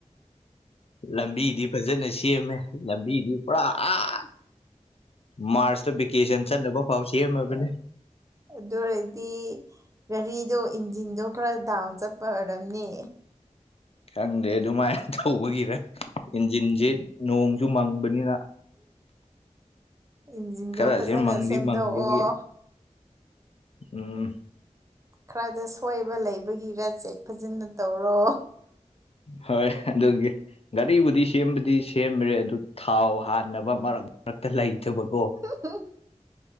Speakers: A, on the left (about 50°); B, on the right (about 25°).
A: ꯂꯝꯕꯤꯗꯤ ꯐꯖꯅ ꯁꯦꯝꯃꯦ ꯂꯝꯕꯤꯗꯤ ꯄꯨꯔꯥ ꯑꯥ ꯃꯥꯔꯁꯇꯥ ꯚꯦꯀꯦꯁꯟ ꯆꯠꯅꯕ ꯐꯥꯎ ꯁꯦꯝꯃꯕꯅꯦ
B: ꯑꯗꯨ ꯑꯣꯏꯔꯗꯤ ꯒꯥꯔꯤꯗꯣ ꯏꯟꯖꯤꯟꯗꯣ ꯈꯔ ꯗꯥꯎꯟ ꯆꯠꯄ ꯑꯣꯏꯔꯝꯅꯤ
A: ꯈꯪꯗꯦ ꯑꯗꯨꯃꯥꯏꯟ ꯇꯧꯕꯒꯤꯔꯥ ꯏꯟꯖꯤꯟꯖꯦ ꯅꯣꯡꯁꯨ ꯃꯪꯕꯅꯤꯅ
B: ꯏꯟꯖꯤꯟꯗꯣ
A: ꯈꯔꯁꯦ
B: ꯐꯖꯅ
A: ꯃꯪꯗꯤ
B: ꯁꯦꯝꯗꯣꯛꯑꯣ
A: ꯃꯪꯕꯒꯤ ꯎꯝ
B: ꯈꯔꯥꯗ ꯁꯣꯏꯕ ꯂꯩꯕꯒꯤꯔꯥ ꯆꯦꯛ ꯐꯖꯟꯅ ꯇꯧꯔꯣ
A: ꯍꯣꯏ ꯑꯗꯨꯒꯤ ꯒꯥꯔꯤꯕꯨꯗꯤ ꯁꯦꯝꯕꯗꯤ ꯁꯦꯝꯔꯦ ꯑꯗꯨ ꯊꯥꯎ ꯍꯥꯟꯅꯕ ꯃꯔꯛ ꯃꯔꯛꯇꯥ ꯂꯩꯇꯕꯀꯣ
B: ꯍꯝ